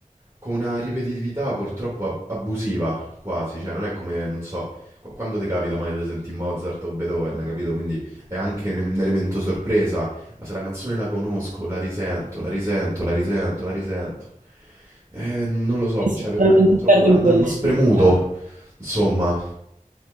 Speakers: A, on the right (about 20°); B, on the right (about 65°).
A: con una ripetitività purtroppo ab- abusiva quasi, cioè non è come, non so, qu- quando ti capita mai di sentire Mozart o Beethoven, capito? Quindi è anche un un elemento sorpresa, ma se la canzone la conosco, la risento, la risento, la risento, la risento. Eh, non lo so,
B: Che sicuramente
A: cioè per me purtroppo
B: perde
A: l'han-
B: un po'
A: l'hanno
B: di significato.
A: spremuto. Insomma,